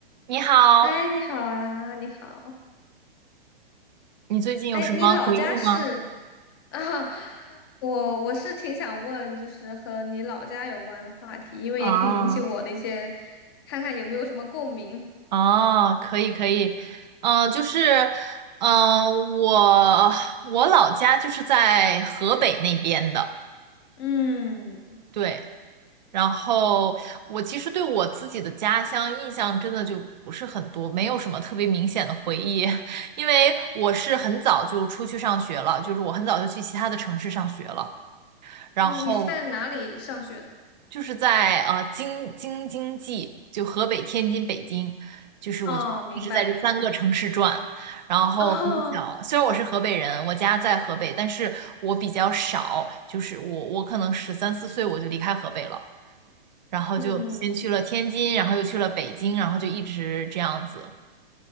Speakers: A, on the right; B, on the left.
A: 你好，
B: 嗨，你好啊，你好。
A: 你最近有什么回忆吗？
B: 哎，你老家是 <laughs> 啊？我我是挺想问，就是和你老家有关的话题，因为也可以引起我的一些，
A: 啊
B: 看看有没有什么共鸣。
A: 啊，可以可以，嗯、就是，嗯、我我老家就是在河北那边的，
B: 嗯，
A: 对，然后我其实对我自己的家乡印象真的就不是很多，没有什么特别明显的回忆，<laughs> 因为我是很早就出去上学了，就是我很早就去其他的城市上学了，然后
B: 你你是在哪里上学的？
A: 就是在呃京京津冀，就河北、天津、北京，就是我就一直在这三个城市转。
B: 哦，明白明白。
A: 然后很小，
B: 哦，
A: 虽然我是河北人，我家在河北，但是我比较少，就是我我可能十三四岁我就离开河北了，然后就先去了天津，
B: 嗯，
A: 然后又去了北京，然后就一直这样子。